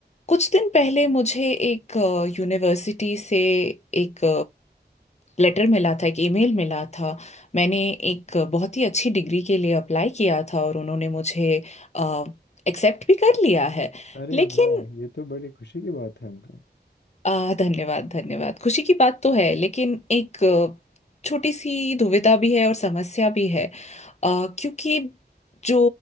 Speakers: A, on the left (about 40°); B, on the left (about 80°).
A: कुछ दिन पहले मुझे एक यूनिवर्सिटी से एक लेटर मिला था एक ईमेल मिला था मैंने एक बहुत ही अच्छी डिग्री के लिए अप्लाई किया था और उन्होंने मुझे एक्सेप्ट भी कर लिया है
B: अरे
A: लेकिन
B: वाह ये तो बड़ी खुशी की बात है अंका
A: आ, धन्यवाद धन्यवाद खुशी की बात तो है लेकिन एक अ, छोटी सी दुविधा भी है और समस्या भी है आ, क्योंकि जो